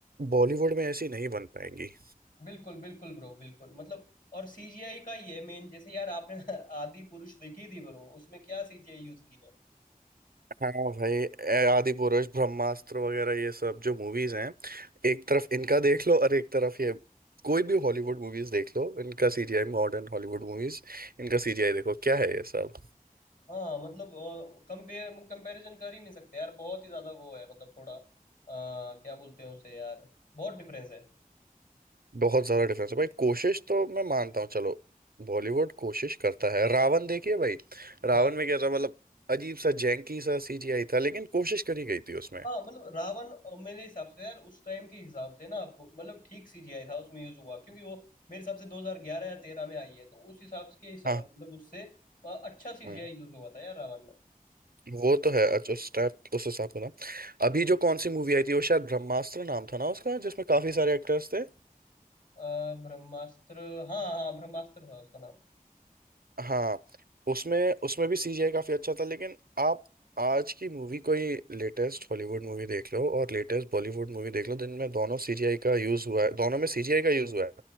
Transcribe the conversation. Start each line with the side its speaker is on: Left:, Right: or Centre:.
Right: बॉलीवुड में ऐसी नहीं बन पाएंगी
Left: बिल्कुल बिल्कुल ब्रो बिल्कुल मतलब और सीजीआई का ही है मेन जैसे यार आपने <laughs> आदि पुरुष देखी थी ब्रो उसमें क्या सीजीआई यूज किया है
Right: हाँ भाई ए- आदि पुरुष ब्रह्मास्त्र वगैरह ये सब जो मूवीज हैं एक तरफ इनका देख लो और एक तरफ ये कोई भी हॉलीवुड मूवीज देख लो इनका सीजीआई मॉडर्न हॉलीवुड मूवीज इनका सीजीआई देखो क्या है ये सब
Left: हाँ मतलब कंपेयर कंपैरिजन कर ही नहीं सकते यार बहुत ही ज्यादा वो है मतलब थोड़ा अ, क्या बोलते हैं उसे यार बहुत डिफरेंस है
Right: बहुत ज्यादा डिफरेंस है भाई कोशिश तो मैं मानता हूँ चलो बॉलीवुड कोशिश करता है रावण देखिए भाई रावण
Left: हाँ
Right: में क्या था मतलब अजीब सा जैंकी सा सीजीआई था लेकिन कोशिश करी गई थी उसमें
Left: हाँ मतलब रावण अ, मेरे हिसाब से यार उस टाइम के हिसाब से ना ब- मतलब ठीक सीजीआई था उसमें यूज हुआ क्योंकि वो मेरे हिसाब से 2011 या 13 में आई है तो उस हिसाब के हिसाब
Right: हाँ
Left: मतलब उससे अ, अच्छा सीजीआई
Right: हम्म,
Left: यूज हुआ था यार रावण में
Right: वो तो है अच्छा उस type- उस हिसाब से ना अभी जो कौन सी मूवी आई थी वो शायद ब्रह्मास्त्र नाम था ना उसका जिसमें काफी सारे एक्टर्स थे
Left: अ, ब्रह्मास्त्र हाँ हाँ ब्रह्मास्त्र था उसका नाम
Right: हाँ उसमें उसमें भी सीजीआई काफी अच्छा था लेकिन आप आज की मूवी कोई लेटेस्ट हॉलीवुड मूवी देख लो और लेटेस्ट बॉलीवुड मूवी देख लो जिनमें दोनों सीजीआई का यूज हुआ है दोनों में सीजीआई का यूज हुआ है